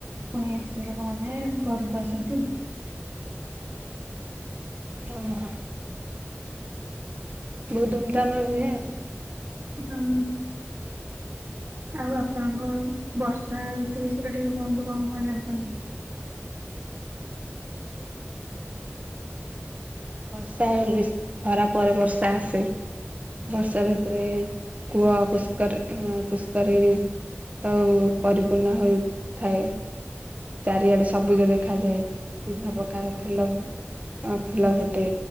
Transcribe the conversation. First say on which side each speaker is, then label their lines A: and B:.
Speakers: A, on the right; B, on the right.
A: ପୁଣି ସ୍ତ୍ରୀ ଲୋକମାନେ ଘରକୁ ଆସନ୍ତି।
B: ଓହୋ। ବହୁତ ଧୁମଧାମରେ ହୁଏ ଆଉ।
A: ହଁ। ଆଉ ଆପଣଙ୍କର ବର୍ଷା ଋତୁ ବିଷୟରେ ଟିକେ କୁହନ୍ତୁ କଣ କଣ ଜାଣିଚନ୍ତି?
B: ବର୍ଷା ହେଉଚି ଖରା ପରେ ବର୍ଷା ଆସେ। ବର୍ଷା ଋତୁରେ କୁଅ ପୁଷ୍କରି ପୁଷ୍କରିଣୀ ତଉ ପରିପୂର୍ଣ୍ଣ ହୋଇ ଥାଏ। ଚାରିଆଡେ ସବୁଜ ଦେଖାଯାଏ ବିଭିନ୍ନ ପ୍ରକାର ଫୁଲ ଫୁଲ ଫୁଟେ